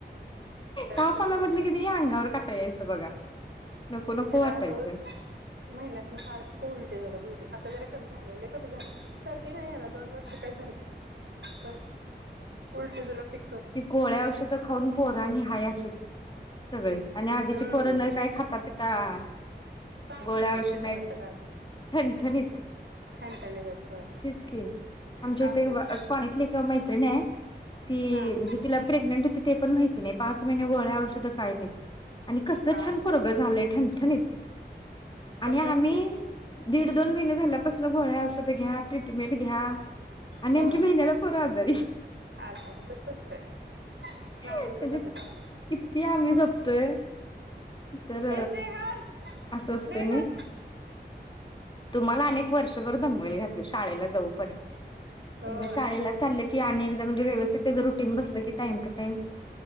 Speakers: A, on the right (about 85°); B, on the left (about 25°).
A: त्याला
B: ताप
A: तसं
B: आला म्हटलं की नाही या अंगावर काटा यायचं बघा नको नको
A: ह्याला
B: वाटायचं
A: रोज महिन्यातनं सारखं उलटे जुलाब उलटे आता जरा कमी झालंय लय कमी झालं आता् सर्दी नाही याला दोन वर्ष काय पण उल्ट तुला फिक्
B: ती गोळ्या औषध खाऊन पोर आणि हाय अस् सगळी आणि आधीची
A: हम्म
B: पोर न काय खाता पिता हांआ्
A: चांगले
B: गोळ्याऔषध
A: झाले दट्टाकट्टा
B: आहेत
A: झालं
B: ठणठणीत
A: ठणठणे देत होय
B: तेच कि आमच्या
A: आपले
B: इथं
A: तर
B: काॅलनीतली एक मैत्रिणी आहे ती?
A: हां
B: म्हणजे तिला प्रेग्नंट होती ती ते पण माहिती नाही पाच महिने गोळ्या औषध काय नाही आणि कसलं
A: बापरे
B: छान पोरग झालंय ठणठणीत. आणि
A: तसं
B: आम्ही
A: असते
B: दीड दोन महिने झाल्या कसलं गोळ्या औषध घ्या, ट्रीटमेंट घ्या. आणि
A: होय
B: आमच्या महिन्याला पोर आजारी.
A: आजार तसं असते
B: त्याचे
A: नाजूकच होते आपले
B: किती आम्ही जपतोय. तर
A: ए स्नेहल
B: असं असतंय
A: स्नेहल
B: नय? तुम्हाला अनेक वर्षभर दमवेल घातलं शाळेला जाऊपर्यंत.
A: होय
B: एकदा शाळेला चाललं की आणि एकदा म्हणजे व्यवस्थित रुटीन बसलं की टाइम टू टाइम